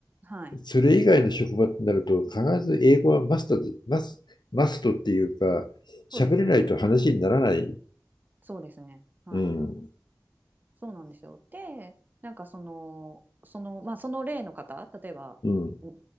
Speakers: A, on the right (about 25°); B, on the left (about 80°).
A: はい
B: それ以外の職場ってなると、必ず英語はマストで、マス、マストっていうか、
A: そうですね。
B: 喋れないと話にならない。
A: うんうんそうですね。はい。
B: うん。
A: そうなんですよ。で、なんかその、その、まあその例の方、例えば、
B: うん。
A: ん